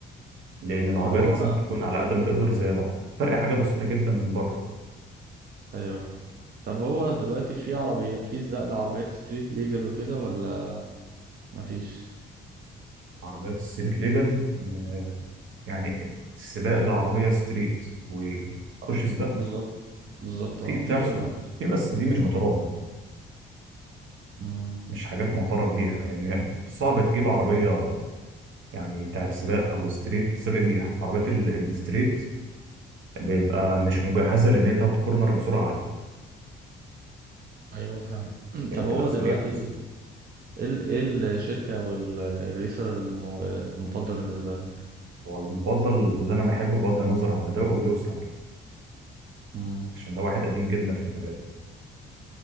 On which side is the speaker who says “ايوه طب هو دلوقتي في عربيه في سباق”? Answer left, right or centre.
Right